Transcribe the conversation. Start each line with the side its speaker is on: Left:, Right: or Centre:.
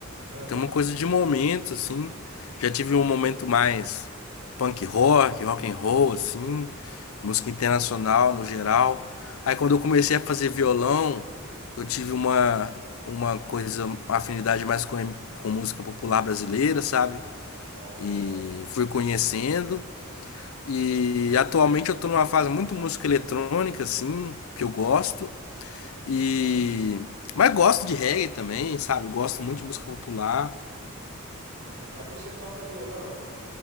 Right: Ah,
Left: Eu tenho uma coisa de momentos, assim. Já tive um momento mais punk rock, rock and roll, assim. Música internacional no geral. Aí quando eu comecei a fazer violão, eu tive uma, uma coisa, uma afinidade mais com, com música popular brasileira, sabe?
Right: ó.
Left: E fui conhecendo. E atualmente eu tô numa fase muito música eletrônica, assim, que eu gosto. E. Mas gosto de reggae também, sabe? Gosto muito
Right: Ah,
Left: de música popular.
Right: ah, então você toca violão